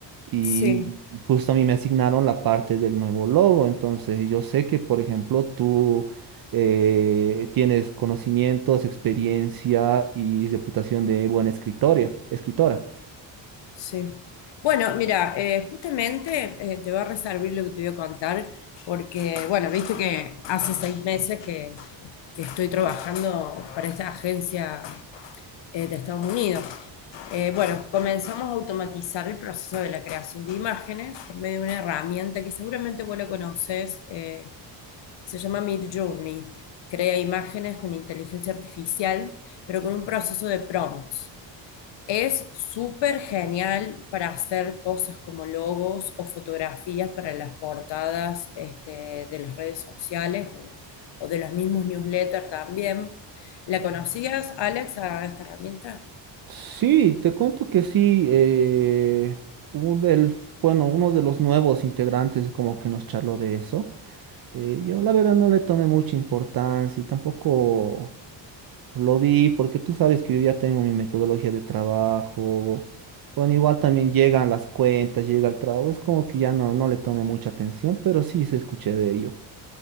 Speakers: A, on the right (about 50°); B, on the left (about 70°).
A: Y
B: Sí.
A: justo a mí me asignaron la parte del nuevo logo. Entonces, y yo sé que, por ejemplo, tú eh, tienes conocimientos, experiencia y reputación de buena escritoria, escritora.
B: Sí. Bueno, mira, eh, justamente eh, te va a reservar lo que te voy a contar, porque, bueno, viste que hace seis meses que, que estoy trabajando para esta agencia eh, de Estados Unidos. Eh, bueno, comenzamos a automatizar el proceso de la creación de imágenes por medio de una herramienta que seguramente vos la conoces, eh, se llama Midjourney. Crea imágenes con inteligencia artificial, pero con un proceso de prompts. Es súper genial para hacer cosas como logos o fotografías para las portadas este, de las redes sociales o, o de los mismos newsletters también. ¿La conocías, Alex, a esta herramienta?
A: Sí, te cuento que sí. eh, un- el- bueno, uno de los nuevos integrantes como que nos charló de eso. Eh, yo la verdad no le tomé mucha importancia y tampoco. Lo vi porque tú sabes que yo ya tengo mi metodología de trabajo. Bueno, igual también llegan las cuentas, llega el trabajo. Es como que ya no, no le tomé mucha atención, pero sí se escuché de ello.